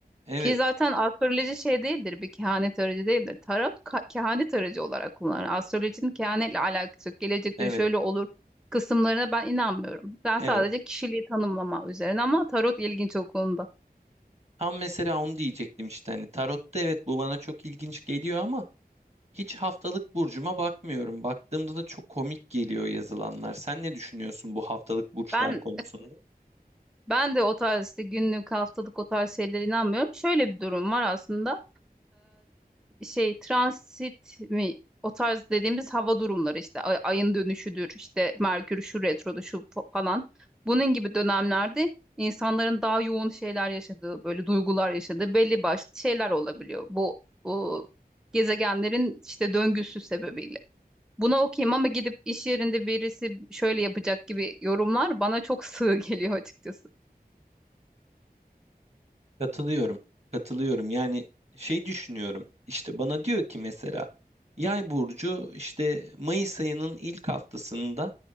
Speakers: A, on the right (about 40°); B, in the centre.
A: Evet
B: Ki zaten astroloji şey değildir bir kehanet aracı değildir. Tarot ka- kehanet aracı olarak kullanılır. Astrolojinin kehanetle alakası yok. Gelecek
A: evet.
B: diyor şöyle olur kısımlarına ben inanmıyorum. Ben
A: Evet.
B: sadece kişiliği tanımlama üzerine ama tarot ilginç o konuda.
A: Tam mesela onu diyecektim işte hani tarotta evet bu bana çok ilginç geliyor ama hiç haftalık burcuma bakmıyorum. Baktığımda da çok komik geliyor yazılanlar. Sen ne düşünüyorsun bu haftalık burçlar
B: Ben
A: konusunda?
B: ben de o tarz işte günlük haftalık o tarz şeylere inanmıyorum. Şöyle bir durum var aslında. şey transit mi o tarz dediğimiz hava durumları işte ay- ayın dönüşüdür işte Merkür şu retrodu şu fa- falan bunun gibi dönemlerde insanların daha yoğun şeyler yaşadığı böyle duygular yaşadığı belli başlı şeyler olabiliyor bu, bu gezegenlerin işte döngüsü sebebiyle. Buna okuyayım ama gidip iş yerinde birisi şöyle yapacak gibi yorumlar bana çok <laughs> sığ geliyor açıkçası.
A: Katılıyorum. Katılıyorum. Yani şey düşünüyorum. İşte bana diyor ki mesela Yay burcu işte Mayıs ayının ilk haftasında